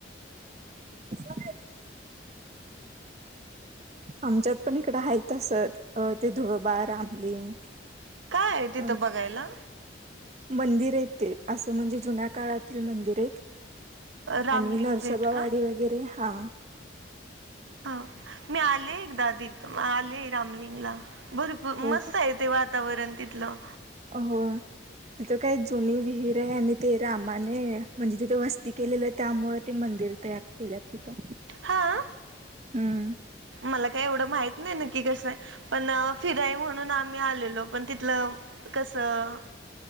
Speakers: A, on the right (about 35°); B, on the right (about 85°).
A: स आहे. आमच्यात पण इकडं हायत तस ते धुळबा रामलिंग
B: काय आहे तिथं
A: अ
B: बघायला?
A: मंदिर आहे. ते असं म्हणजे जुन्या काळातील मंदिर आहेत.
B: रामलिंग
A: आणि नरसोबावाडी
B: भेट का?
A: वगैरे हा.
B: हा मी आले एकदा तीत आलेय रामलिंगला. भरपूर
A: होय
B: मस्त
A: काय
B: आहे ते वातावरण तिथलं.
A: हो. तिथं काही जुनी विहीर आहे आणि ते रामाने म्हणजे तिथे वस्ती केलेली त्यामुळे ते म मंदिर तयार केल्या तिथं.
B: हा
A: हम्म
B: मला काही एवढं माहित नाही नक्की कसं आहे. पण फिराय म्हणून आम्ही आलेलो पण तिथलं कसं